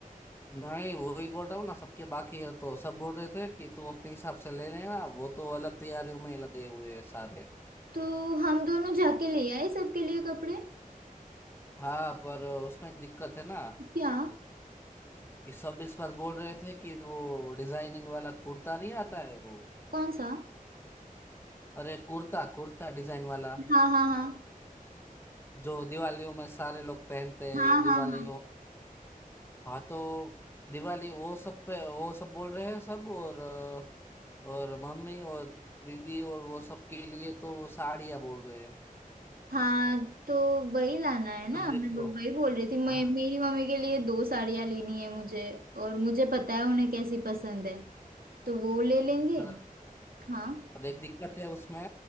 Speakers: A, on the left (about 15°); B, on the right (about 80°).
A: नहीं वो ही बोल रहा हूँ ना सबके बाकी है तो सब बोल रहे थे कि तू अपने हिसाब से ले लेना वो तो अलग तैयारियों में लगे हुए हैं सारे
B: तो हम दोनों जाके ले आए सबके लिए कपड़े
A: हाँ पर उसमें एक दिक्कत है ना
B: क्या
A: कि सब इस बार बोल रहे थे कि वो डिजाइनिंग वाला कुर्ता नहीं आता है वो
B: कौन सा
A: अरे कुर्ता कुर्ता डिजाइन वाला
B: हाँ हाँ हाँ
A: जो दिवालियों में सारे लोग पहनते हैं
B: हाँ
A: दिवाली
B: हाँ हाँ
A: हो हाँ तो दिवाली वो सब पे वो सब बोल रहे हैं सब और अ, और मम्मी और दीदी और वो सब के लिए तो वो साड़ियाँ बोल रहे हैं
B: हाँ तो वही लाना है ना
A: तो देखो
B: मैं वो- वही बोल रही थी मैं
A: हाँ
B: मेरी मम्मी के लिए दो साड़ियाँ लेनी है मुझे और मुझे पता है उन्हें कैसी पसंद है तो वो ले लेंगे
A: पर,
B: हाँ
A: पर एक दिक्कत है उसमें